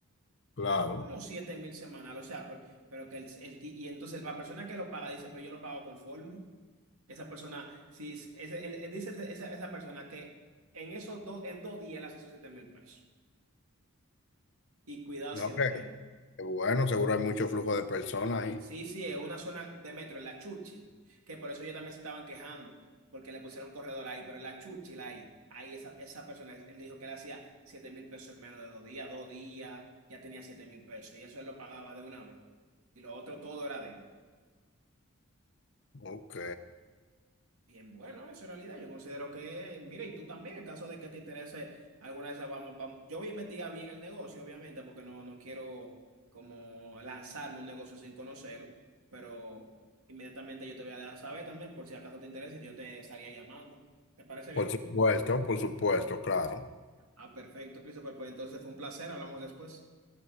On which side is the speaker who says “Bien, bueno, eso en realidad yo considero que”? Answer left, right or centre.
Right